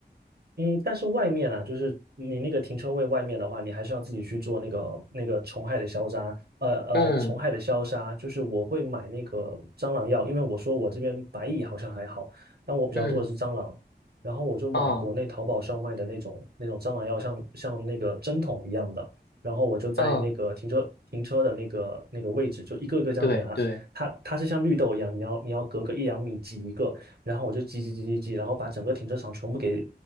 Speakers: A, on the right (about 65°); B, on the left (about 75°).
A: 嗯，但是外面啊，就是你那个停车位外面的话，你还是要自己去做那个那个虫害的消杀，呃呃，
B: 嗯。
A: 虫害的消杀，就是我会买那个蟑螂药，因为我说我这边白蚁好像还好，但我比较多的是蟑螂，
B: 嗯，
A: 然后我就买国内淘宝上卖的那种那种蟑螂药像，
B: 哦，
A: 像那个针筒一样的，然后我就在那个停车停车的那个那个位置，
B: 嗯，
A: 就一个一个这样子给它，
B: 对对，
A: 它它是像绿豆一样，你要你要隔个一两米挤一个，然后我就挤挤挤挤挤，然后把整个停车场全部给